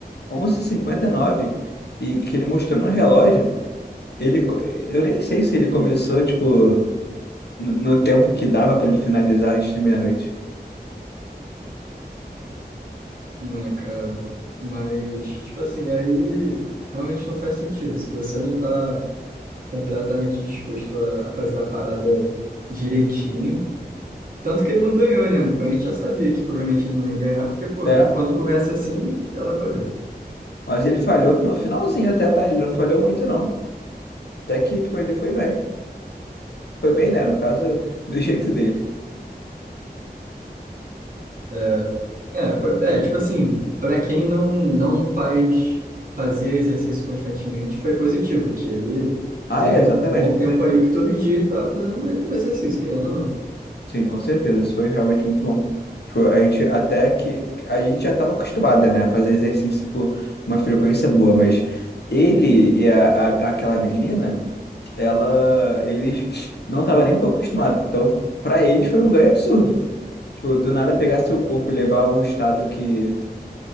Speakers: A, on the left (about 80°); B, on the right (about 55°).
A: onze e cinquenta e nove e que ele mostrou no relógio. Ele, co- eu nem sei se ele começou, tipo, no, no tempo que dava pra ele finalizar antes de meia-noite.
B: Né, cara? Mas, tipo assim, aí realmente não faz sentido. Se você não tá completamente disposto a, a fazer a parada direitinho, Tanto que ele não ganhou, né? A gente já sabia que provavelmente ele não ia ganhar, porque, pô,
A: É,
B: quando começa assim, já dá pra ver.
A: mas ele falhou no finalzinho até, tá? Ele não falhou muito, não. Até que, tipo, ele foi bem. Foi bem, né? No caso, do <laughs> jeito dele.
B: É, é, foi, é, tipo assim, pra quem não não faz fazia exercício constantemente, foi positivo, que ele
A: Ah,
B: teve
A: é, exatamente,
B: um bom
A: com
B: tempo
A: certeza.
B: aí que todo dia ele tava fazendo um exercício, querendo ou não.
A: Sim, com certeza. Isso foi realmente muito bom. Tipo, a gente até que. A gente já estava acostumada, né? A fazer exercício por uma frequência boa, mas ele e a, a- aquela menina, ela. Eles não estavam nem um pouco acostumados. Então, pra eles foi um ganho absurdo. Tipo, do nada pegar seu corpo e levar a um estado que.